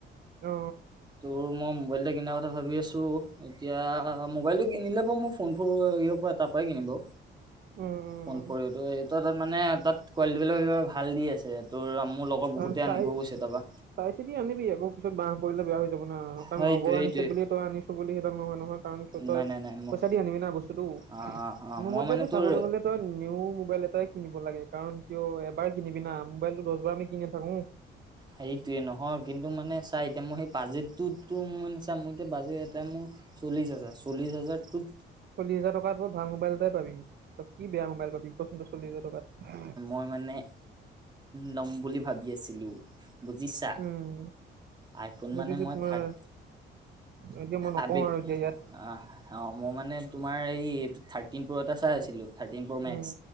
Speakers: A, on the right; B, on the right.
A: অ
B: তোৰ মই ম কিনাৰ কথা ভাবি আছো এতিয়া মোবাইলটো কিনিলে বাৰু মই ফোন ফ তাৰ পৰাই কিনিম বাৰু
A: উম উম
B: ফোন ফৰিতো এই তাত মানে তাত কোৱালিটি বিলাক কিবা ভাল দি আছে তোৰ মোৰ লগত
A: কাৰণ
B: বহুতে
A: চাই
B: আনিব গৈছে তাৰপা।
A: চাই চিতি আনিবি আকৌ পিছত বাহ পৰিলে বেয়া হৈ যাব না কাৰণ
B: সেইটোৱে
A: লগৰ
B: সেইটোৱে
A: আনিছে বুল তই আনিছো বুলি সেইডাল নহয় নহয় কাৰণ তই
B: নাই নাই নাই মই
A: পইচা দি আনিবি না বস্তুতটো
B: অ অ
A: মোৰ
B: মই
A: মতেটো
B: মানে তোৰ
A: চাবলৈ গলে তই নি মোবাইল এটাই কিনিব লাগে কাৰণ কিয় এবাৰ কিনিবি ন মোবাইলটো দহ বাৰ আমি কিনি নাথাকো
B: হেটয়ে নহয় কিন্তু মানে চাই এতিয়া মই সেই বাজেটটোতো ম মানে চাম মোৰ এতিয়া বাজেট এটা মোৰ চল্লিছ হাজাৰ চল্লিছ হাজাৰতোক
A: চল্লিশ হাজাৰ কাত ব ভাল মোবাইল এট পাবি তই কি বেয়া মোবাইল পাবি কচোন ত চল্লিশ হাজাৰ টাত
B: ম মানেই, লম বুলি ভাবি আছিলো। বুজিছা
A: উম
B: আইফোন
A: বুজিছো
B: মানে মই
A: তোমাৰ
B: থাৰ্ট
A: এতিয়া মই নকওঁ
B: আবেগ
A: আৰু এতিয়া ইয়াত
B: অ', অ, ' মই মানে তোমাৰ এই থাৰ্ট প্ৰ এটা চাই আছিলোঁ, থাৰ্টিন প্ৰ মেক্স।
A: উম